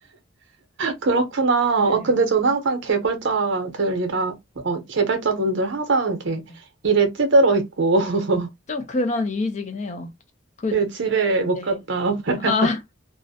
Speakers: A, on the right (about 60°); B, on the left (about 35°).
A: 그렇구나.
B: 네.
A: 아, 근데 저는 항상 개발자들이라, 어, 개발자분들 항상 이렇게
B: 네.
A: 일에 찌들어 있고, <laughs>
B: 좀 그런 이미지긴 해요. 그,
A: 예, 집에 못
B: 네.
A: 갔다. <laughs>
B: 아,